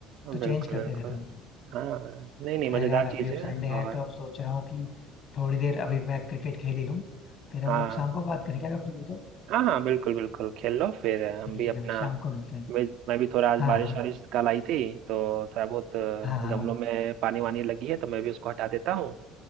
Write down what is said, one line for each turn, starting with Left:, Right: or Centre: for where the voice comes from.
Left: तो
Right: बिल्कुल
Left: चेंज करते
Right: बिल्कुल
Left: रहता हूँ
Right: हाँ नहीं नहीं
Left: खैर
Right: मजेदार
Left: यार अभी
Right: चीज
Left: अब
Right: है
Left: संडे है
Right: और
Left: तो अब सोच रहा हूँ कि थोड़ी देर अभी मैं क्रिकेट खेल ही लूँ फिर हम
Right: हाँ
Left: लोग शाम को बात करें क्या अगर फ्री हो तो
Right: हाँ हाँ बिल्कुल बिल्कुल खेल लो फिर हम
Left: ठीक
Right: भी अपना
Left: है भाई शाम को मिलते हैं
Right: मैं मैं भी थोड़ा आज
Left: हाँ
Right: बारिश
Left: हाँ
Right: वारिश कल आई थी तो थोड़ा बहुत अ,
Left: हाँ हाँ
Right: गमलों में पानी वानी लगी है तो मैं भी उसको हटा देता हूँ